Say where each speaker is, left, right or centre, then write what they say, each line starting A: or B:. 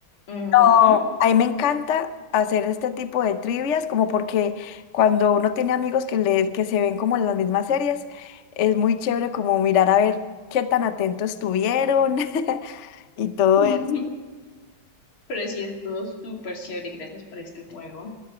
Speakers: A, on the left (about 85°); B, on the left (about 55°).
A: Ujú.
B: No, a mí me encanta hacer este tipo de trivias, como porque cuando uno tiene amigos que, le, que se ven como en las mismas series, es muy chévere como mirar a ver qué tan atentos estuvieron <laughs> y todo
A: <laughs>
B: eso.
A: Pero sí, estuvo súper chévere. Gracias por este juego.